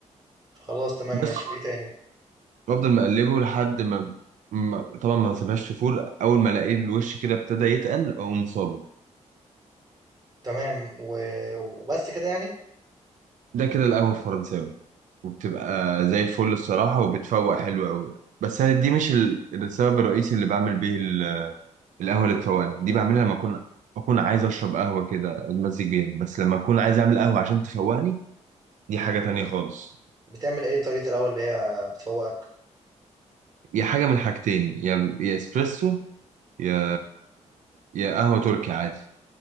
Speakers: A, on the right (about 30°); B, on the right (about 80°).
A: خلاص تمام
B: بس
A: ماشي وايه تاني
B: بفضل مقلبه لحد ما ما- طبعا ما بسيبهاش تفور اول ما الاقي الوش كده ابتدى يتقل اقوم صابه
A: تمام و... وبس كده يعني
B: ده كده القهوة الفرنساوي وبتبقى زي الفل الصراحة وبتفوق حلو قوي بس أنا دي مش ال- السبب الرئيسي اللي بعمل بيه ال- القهوة اللي تفوقني دي بعملها لما أكون أكون عايز أشرب قهوة كده أتمزج بيها بس لما أكون عايز أعمل قهوة عشان تفوقني دي حاجة تانية خالص
A: بتعمل ايه طريقة القهوة اللي هي بتفوقك
B: يا حاجة من الحاجتين يا يا إسبريسو يا يا قهوة تركي عادي